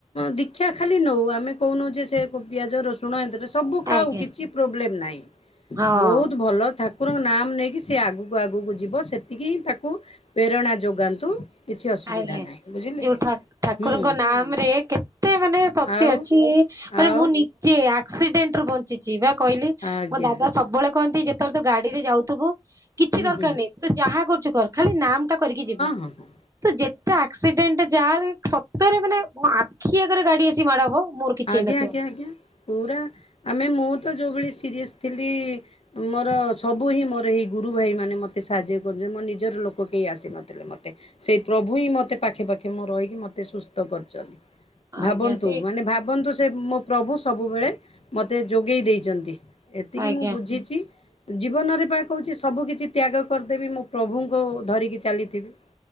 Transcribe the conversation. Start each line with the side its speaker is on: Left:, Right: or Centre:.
Left: ଦୀକ୍ଷା ଖାଲି ନଉ, ଆମେ କହୁନୁ ଯେ ସେ ପିଆଜ ରସୁ ସୁଣ ଏଥିରେ ସବୁ ଖାଉ।
Right: ଆଜ୍ଞା
Left: କିଛି ପ୍ରୋବ୍ଲେମ୍ ନାହିଁ।
Right: ହଁ।
Left: ବହୁତ୍ ଭଲ ଠା ଠାକୁର ଙ୍କ ନାମ୍ ନେଇକି ସେ ଆଗକୁ ଆଗକୁ ଯିବ। ସେତିକି ହିଁ ତାକୁ ପେରଣା ଯୋଗାନ୍ତୁ। କିଛି ଅସୁବିଧା
Right: ଆଜ୍ଞା
Left: ନାହିଁ। ବୁଝିଲେ!
Right: ଯୋଉ ଠା ଠାକୁରଙ୍କ
Left: ହୁଁ
Right: ନାମ୍ ରେ କେତେ ମାନେ ଶକ୍ତି
Left: ଆଉ
Right: ଅଛି। ମାନେ
Left: ଆଉ
Right: ମୁଁ ନି ଯେ ଆକ୍ସିଡେଣ୍ଟ ରୁ ବଞ୍ଚିଛି, ବା କହିଲି
Left: ଆଜ୍ଞା
Right: ମୋ ଦାଦା ସବୁବେଳେ କହନ୍ତି ଯେ ତର ତୁ ଗାଡିରେ ଯାଉଥିବୁ କିଛି
Left: ହୁଁ
Right: ଦରକାର
Left: ହୁଁ
Right: ନାହିଁ। ତୁ ଯାହା କରୁଚୁ କର ଖାଲି ନାମ ଟା କରିକି ଯିବୁ।
Left: ହୁଁ, ହୁଁ।
Right: ତୁ ଯେତେ ଆକ୍ସିଡେଣ୍ଟ ଯା ସତରେ ମାନେ ମୋ ଆଖି ଆଗରେ, ଗାଡି ଆସି ମାଡ ହବ। ମୋର କିଛି
Left: ଆଜ୍ଞା,
Right: ହେଇନଥିବ।
Left: ଆଜ୍ଞା, ଆଜ୍ଞା, ପୁରା ଆମେ, ମୁଁ ତ ଯୋଉଭଳି ସିରିଏସ୍ ଥିଲି ମୋର ସବୁ ହିଁ ମୋର ଏହି ଗୁରୁ ଭାଇ ମାନେ ମତେ ସାହାଯ୍ୟ କରିଚନ୍। ମୋ ନିଜର ଲୋକ କେହି ଆସିନଥିଲେ। ମତେ ସେଇ ପ୍ରଭୁ ହିଁ ମତେ ପାଖେ ପାଖେ, ମୋ ରହିକି ମତେ ସୁସ୍ଥ କରିଚନ୍ତି। ଭାବନ୍ତୁ!
Right: ଆଜ୍ଞା ସେ
Left: ମାନେ ଭାବନ୍ତୁ, ସେ ମୋ ପ୍ରଭୁ ସବୁବେଳେ ମତେ ଯୋଗେଇ ଦେଇଚନ୍ତି। ଏତିକି
Right: ଆଜ୍ଞା
Left: ମୁଁ ବୁଝିଚି। ଜୀବନରେ ପା କହୁଛି, ସବୁ କିିଛି ତ୍ୟାଗ କରିଦେବି। ମୁଁ ପ୍ରଭୁଙ୍କୁ ଧରିକି ଚାଲିଥିବି।